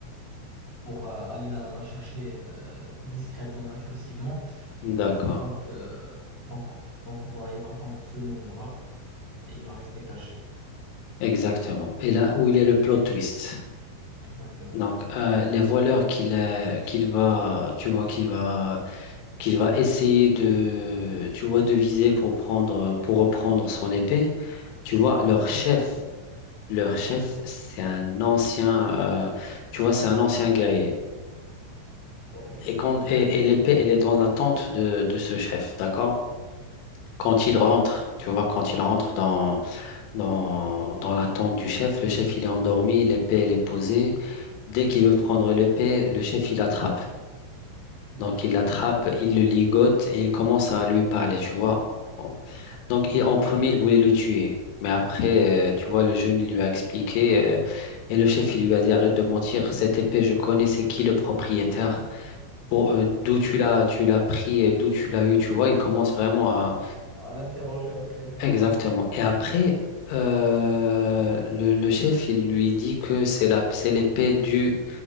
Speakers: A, on the left (about 40°); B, on the left (about 85°).
A: pour euh, aller la, la chercher euh, discrètement et furtivement.
B: d'accord.
A: Donc, euh, donc, donc voilà, il va attendre ce moment-là et il va rester caché.
B: Exactement. Et là où il y a le plot twist.
A: Exactement.
B: Donc, euh, les voleurs qu'il euh, qu'il va, tu vois, qu'il va, qu'il va essayer de, tu vois, de viser pour prendre, pour reprendre son épée. Tu vois, leur chef, leur
A: Ouais,
B: chef, c'est un ancien, euh, tu vois, c'est un ancien guerrier.
A: ok,
B: Et quand, et, et l'épée, elle est dans la tente de, de ce chef, d'accord? Quand
A: d'accord,
B: il rentre, tu vois, quand il rentre dans, dans, dans l'attente du chef. Le chef, il est endormi, l'épée, elle est posée. Dès qu'il veut prendre l'épée, le chef, il l'attrape.
A: d'accord.
B: Donc, il l'attrape, il le ligote et il commence à lui parler, tu vois. Donc, il- en premier, il voulait le tuer. Mais après, euh, tu vois, le jeune il lui a expliqué euh, et le chef, il lui a dit, arrête de mentir. Cette épée, je connais, c'est qui le propriétaire? Pour, euh, d'où tu l'as, tu l'as pris, et d'où tu l'as eu, tu vois. Il commence vraiment
A: À l'interroger, ok,
B: Exactement. Et après, euh, le, le chef, il lui dit que c'est la, c'est l'épée du...